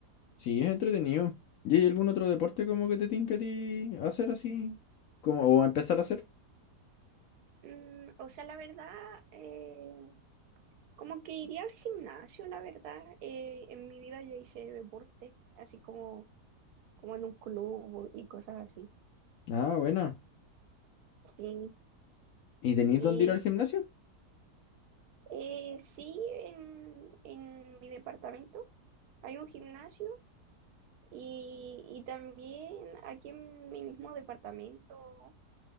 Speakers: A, on the left; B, on the right.
A: Sí, es entretenido. ¿Y hay algún otro deporte como que te tinca a ti hacer así? Como, o empezar a hacer.
B: Mm, o sea, la verdad, eh, como que iría al gimnasio, la verdad. Eh, en mi vida yo hice deporte, así como, como en un club y cosas así.
A: Ah, buena.
B: Sí,
A: ¿Y tenéis
B: y
A: dónde ir al gimnasio?
B: eh, sí, en, en mi departamento hay un gimnasio Y, y también aquí en mi mismo departamento